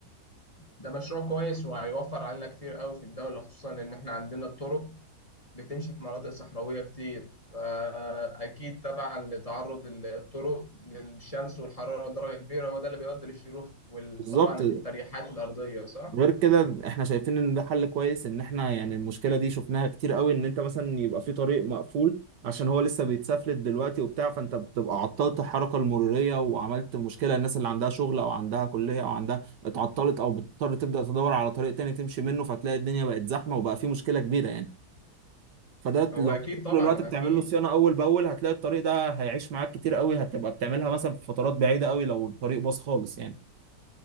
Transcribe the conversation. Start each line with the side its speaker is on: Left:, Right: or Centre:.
Left: ده مشروع كويس وهيوفر علينا كتير قوي في الدولة خصوصا إن إحنا عندنا الطرق بتمشي في مناطق صحراوية كتير فأكيد طبعا لتعرض الطرق للشمس والحرارة درجة كبيرة هو ده اللي بيؤدي للشروخ وطبعا
Right: بالظبط
Left: التريحات الأرضية صح؟
Right: غير كده احنا شايفين ان ده حل كويس ان احنا يعني المشكله دي شفناها كتير قوي ان انت مثلا يبقى في طريق مقفول عشان هو لسه بيتسفلت دلوقتي وبتاع فانت بتبقى عطلت الحركه المروريه وعملت مشكله الناس اللي عندها شغل او عندها كليه او عندها اتعطلت او بتضطر تبدا تدور على طريق تاني تمشي منه فتلاقي الدنيا بقت زحمه وبقى في مشكله كبيره يعني فده
Left: هو
Right: لو
Left: أكيد طبعا
Right: طول الوقت بتعمل
Left: أكيد
Right: له صيانه اول باول هتلاقي الطريق ده هيعيش معاك كتير قوي هتبقى بتعملها مثلا في فترات بعيده قوي لو الطريق باظ خالص يعني